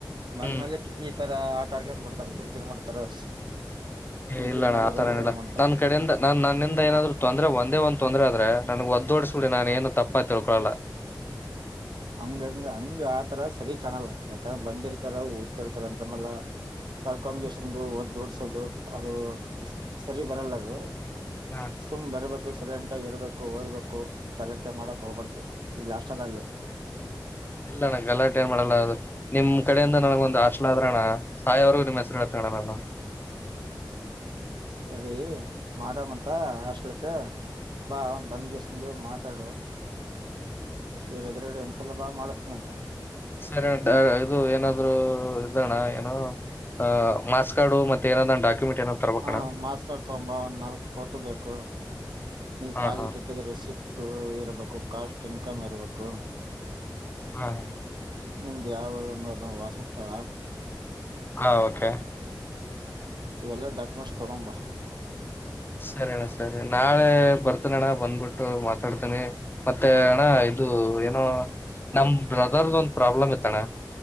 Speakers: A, on the right; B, on the left.
A: ಬಂದ
B: ಹ್ಮ್
A: ಮೇಲೆಕ್ ಈ ತರ ಆಟ ಆಡ್ಕನ್ ಕೊಡ್ತಾರ ಕಲ್ ಕಿರ್ ಮಾಡ್ತಾರ ಕಿರಿಕಿರಿ
B: ಏ ಇಲ್ಲಣ್ಣ
A: ಮಾಡೋದು
B: ಆ ತರ
A: ಹಂಗ
B: ಇಲ್ಲ
A: ಮಾಡ್ತಾರ
B: ನನ್ ಕಡೆಯಿಂದ ನಾನ್ ನನ್ನಿಂದ ಏನಾದ್ರು ತೊಂದ್ರೆ ಒಂದೇ ಒಂದ್ೊಂದರೆ ಆದ್ರೆ ನನ್ಗ್ ಅದೋಡ್ಸಕಡಿ ನಾನು ಏನು ತಪ್ಪ ತಿಳ್ಕೊಳಲ್ಲ
A: ಹಂಗ ಹಂಗ ಹಂಗ ಆತರ ಸರಿ ಕಾಣಲ್ಲ ಯಾಕಂದ್ರ ಬಂದಿರ್ತಾರ ಓದತಿರ್ತಾರ ಅಂತ ಮಲ್ಲ ಕರ್ಕೊಂಡ್ಸಂದು ಒದ್ದ ಓಡ್ಸೋದು ಅದು ಸರಿ ಬರಲ್ಲ ಅದು
B: ಹ
A: ಸುಮ್ ಬರ್ಬೇಕು ಸಲೆಂಟ ಇರ್ಬೇಕು ಓದ್ಬೇಕು ಗಲಾಟೆ ಮಾಡಕ್ ಹೋಗ್ಬಾರಡ್ತು ಇಲ್ಲ ಅಷ್ಟಲ್ಲಲ್ಲೇ
B: ಇಲ್ಲಣ ಗಲಾಟೆ ಏನು ಮಾಡಲ್ಲ ಅದು ನಿಮ್ ಕಡೆಯಿಂದ ನನಗ ಒಂದು ಆಾಲ ಆದ್ರಣ್ಣ ಸಾಯಿವರೆಗೂ ನಿಮ್ ಹೆಸರುಡತಣ್ಣ ನಾನು
A: ಸರಿ ಮಾಡಮಂತ ಹಾಸ್ಟಲ ಬಾ ಬಂದ್ಗೆಷ್ಟಂದು ಮಾತಾಡು ಈಗ ಎದ್ರಗಡೆ ಹೆಸಲ ಬಾ ಮಾಡಿಸತನ ಅಂತ
B: ಸರಿ ಅಂಟ ಇದು ಏನಾದ್ರರು ಇದಣ್ಣ ಏನ ಆ ಮಾಸ್ ಕಾರ್ಡು ಮತ್ತ ಏನಾದ ಡಾಕ್ಯುಮೆಂಟ್ ಏನಾದ್ ತರ್ಬೇಕಣ್ಣ
A: ಹಾ ಮಾಸ್ ಕಡ್ ತೊಂಬ ಒಂದ್ ನಾಲ್ಕ್ ಫೋಟೋ ಬೇಕು ಈ
B: ಹಾ
A: ಕಾಲೇಜ
B: ಹಾ
A: ಕಟ್ಟಿದ್ರ ರೆಸಿಪ್ಟ್ ಇರಬೇಕು ಕಾಸ್ಟ್ ಇನ್ಕಮ್ ಇರ್ಬೇಕು
B: ಹಾ
A: ನಿಮ್ದ್ ಯಾವದಂದು ಅದ ವಾಸಸ್ಥಳ
B: ಹಾ ಓಕೆ
A: ಇವೆಲ್ಲ ಡಾಕ್ಯುಮೆಂಟ್ಸ್ ತಗೊಂಬ
B: ಸರಿ ಅಣ್ಣ ಸರಿ ನಾಳೆ ಬರ್ತನ ಅಣ್ಣ ಬಂದ್ಬಿಟ್ಟು ಮಾತಾಡ್ತೇನಿ ಮತ್ತೆ ಅಣ್ಣ ಒಂದು ಏನೋ ನಮ ಬ್ರದರ್ದ ಒಂದು ಪ್ರಾಬ್ಲಮ್ ಇತ್ತಣ್ಣ